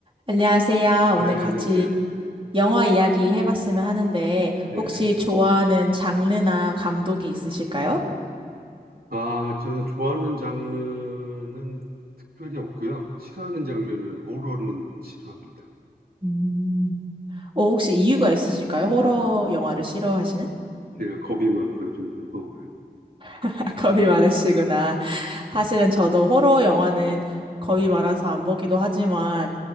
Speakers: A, on the right (about 30°); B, on the right (about 65°).
A: 안녕하세요.
B: 네,
A: 오늘 같이
B: 안녕하세요.
A: 영화 이야기 해봤으면 하는데,
B: 네.
A: 혹시 좋아하는 장르나 감독이 있으실까요?
B: 아, 저는 좋아하는 장르는 특별히 없고요. 싫어하는 장르는 호러는 싫어합니다.
A: 음. 어, 혹시 이유가 있으실까요? 호러 영화를 싫어하시는?
B: 제가 겁이 많아서 좀 무서워요.
A: <laughs> 겁이 많으시구나. 사실은 저도 호러 영화는 거의 많아서 안 보기도 하지만